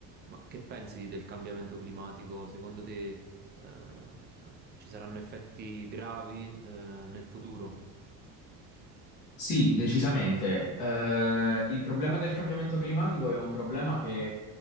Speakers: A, on the right; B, on the left.
A: Ma che pensi del cambiamento climatico? Secondo te, ehm, ci saranno effetti gravi, eh, nel futuro?
B: Sì, decisamente. Eh, il problema del cambiamento climatico è un problema che